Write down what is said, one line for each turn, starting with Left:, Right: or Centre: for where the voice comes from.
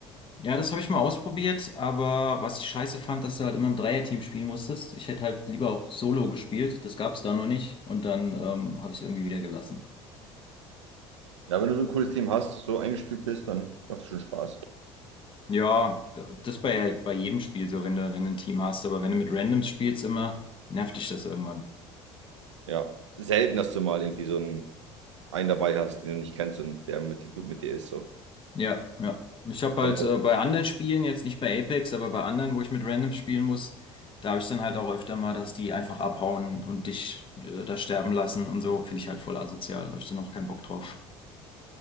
Left: Ja, das habe ich mal ausprobiert, aber was ich scheiße fand, dass du halt immer im Dreierteam spielen musstest. Ich hätte halt lieber auch Solo gespielt, das gab es da noch nicht und dann ähm, habe ich es irgendwie wieder gelassen.
Right: Ja, wenn du so ein cooles Team hast, so eingespielt bist, dann macht das schon Spaß.
Left: Ja, das bei, bei jedem Spiel so, wenn du, wenn du ein Team hast, aber wenn du mit Randoms spielst, immer nervt dich das irgendwann.
Right: Ja, selten, dass du mal irgendwie so einen, einen dabei hast, den du nicht kennst und der mit dir gut mit dir ist. So.
Left: Ja, ja. Ich habe
Right: Kommt
Left: halt
Right: halt.
Left: äh, bei anderen Spielen, jetzt nicht bei Apex, aber bei anderen, wo ich mit Randoms spielen muss, da habe ich dann halt auch öfter mal, dass die einfach abhauen und dich äh, da sterben lassen und so, finde ich halt voll asozial. Habe ich dann auch keinen Bock drauf.